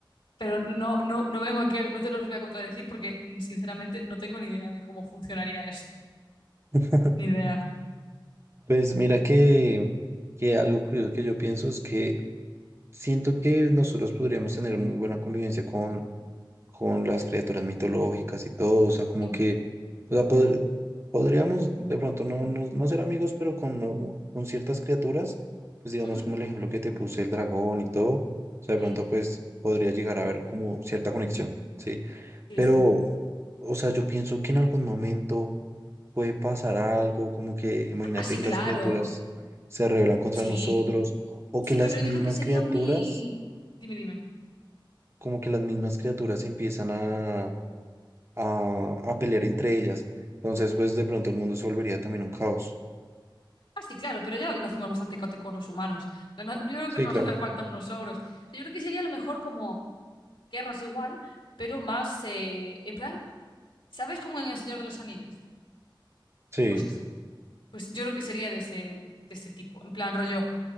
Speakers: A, on the left; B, on the right.
A: pero no, no, no vengo aquí, a- no te los voy a contradecir porque mm, sinceramente no tengo ni idea de cómo funcionaría eso.
B: <laughs>
A: Ni idea.
B: Pues mira que, que algo curioso que yo pienso es que siento que nosotros podríamos tener muy buena convivencia con, con las criaturas mitológicas y todo, o sea, como
A: Sí.
B: que, o sea, poder- podríamos de pronto no, no, no ser amigos, pero con, no- con ciertas criaturas, pues digamos
A: Ujú.
B: como el ejemplo que te puse, el dragón y todo, o sea, de
A: Sí,
B: pronto pues podría llegar a haber como cierta conexión, ¿sí?
A: sí,
B: Pero,
A: sí.
B: o sea, yo pienso que en algún momento puede pasar algo, como que imagínate
A: Ah, sí,
B: que
A: claro.
B: las criaturas se rebelan contra
A: Sí.
B: nosotros o
A: Sí,
B: que las
A: pero yo
B: mismas
A: creo que sería
B: criaturas,
A: muy... Dime, dime.
B: como que las mismas criaturas empiezan a, a, a pelear entre ellas. Entonces, pues de pronto el mundo se volvería también un caos.
A: Ah, sí, claro, pero ya lo hacemos bastante caóticos los humanos. En plan, no- Yo creo
B: Sí,
A: que no
B: claro.
A: nos hace falta unos ogros. O sea, yo creo que sería a lo mejor como guerras igual, pero más eh, en plan, ¿sabes cómo en El Señor de los Anillos?
B: Sí,
A: Pues así. Pues yo creo que sería de ese, de ese tipo. En plan, rollo,